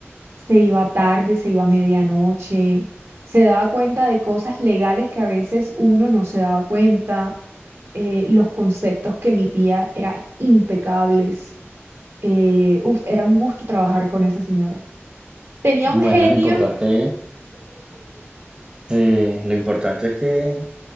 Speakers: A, on the right; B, on the right.
A: se iba tarde, se iba a medianoche, se daba cuenta de cosas legales que a veces uno no se daba cuenta, eh, los conceptos que emitía eran impecables, eh, uf, era un gusto trabajar con esa señora. Tenía
B: Bueno,
A: un genio,
B: lo importante, eh, lo importante es que